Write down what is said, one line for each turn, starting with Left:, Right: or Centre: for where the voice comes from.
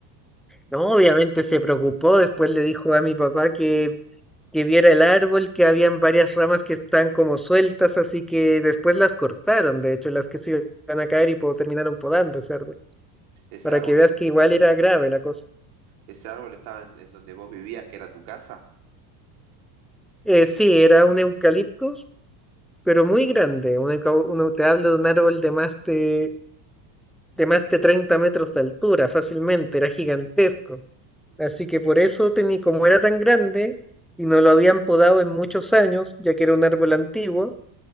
Centre: No, obviamente se preocupó, después le dijo a mi papá que, que viera el árbol, que habían varias ramas que están como sueltas, así que después las cortaron, de hecho, las que se iban a caer y po- terminaron podando ese árbol,
Right: ¿Ese
Centre: para
Right: árbol,
Centre: que veas
Right: e-
Centre: que igual era grave la cosa.
Right: ese árbol estaba en, en donde vos vivías, que era tu casa?
Centre: Eh, sí, era un eucalipto, pero muy grande. Uno, cau- uno- te hablo de un árbol de más de, de más de 30 metros de altura, fácilmente, era gigantesco.
Right: Mm,
Centre: Así que por eso, teni- como era tan grande y no lo habían podado en muchos años, ya que era un árbol antiguo,